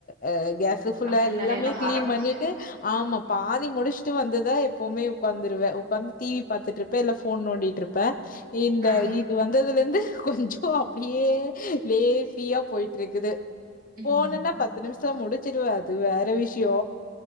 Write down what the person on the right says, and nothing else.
சமையல்
வேலையெல்லாம்
ஆரம்பிச்சு
ம்
ஆ
ம்